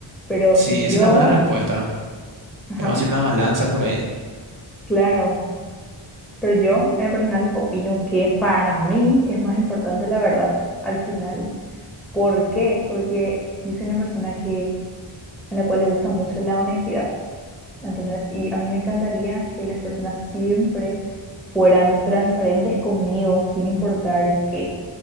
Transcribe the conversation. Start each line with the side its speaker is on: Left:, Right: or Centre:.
Centre: Pero
Right: sí,
Centre: yo,
Right: es una buena respuesta.
Centre: ajá,
Right: Vamos a ir una balanza
Centre: pero-
Right: por ahí.
Centre: claro, pero yo en el personal opino que para mí es más importante la verdad al final. ¿Por qué? Porque yo soy una persona que, a la cual le gusta mucho la honestidad, ¿entendés? Y a mí me encantaría que las personas siempre fueran transparentes conmigo, sin importar qué.